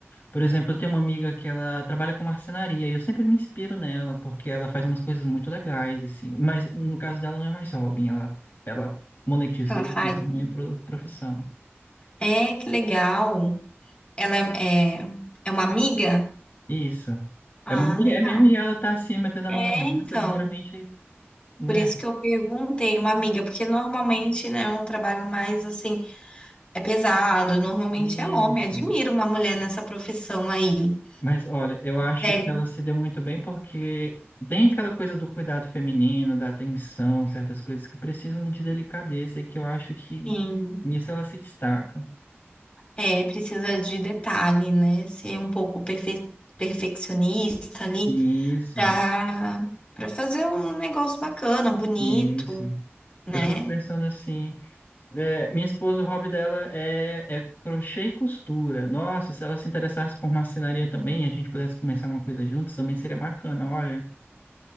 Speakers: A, on the left (about 50°); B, on the left (about 25°).
A: Por exemplo, eu tenho uma amiga que ela trabalha com marcenaria e eu sempre me inspiro nela porque ela faz umas coisas muito legais, assim. Mas no caso dela não é mais hobby, ela, ela monetizou,
B: Ela faz.
A: transformou em pro- profissão.
B: É, que legal. Ela é, é, é uma amiga?
A: Isso.
B: Ah,
A: É uma mulher
B: legal.
A: mesmo e ela tá assim metendo a
B: É,
A: mão na massa,
B: então.
A: que geralmente, né?
B: Por isso que eu perguntei uma amiga, porque normalmente, né, é um trabalho mais assim, é pesado, normalmente
A: Isso.
B: é homem. Admiro uma mulher nessa profissão aí.
A: Mas olha, eu acho
B: Pega,
A: que ela se deu muito bem porque tem aquela coisa do cuidado feminino, da atenção, certas coisas que precisam de delicadeza e que eu acho que
B: sim,
A: nisso ela se destaca.
B: é, precisa de detalhe, né? Ser um pouco perfe- perfeccionista ali
A: Isso.
B: pra, pra fazer um negócio bacana, bonito,
A: Isso.
B: né?
A: Eu fico pensando assim, é, minha esposa, o hobby dela é, é crochê e costura. Nossa, se ela se interessasse por marcenaria também, e a gente pudesse começar uma coisa juntos, também seria bacana, olha.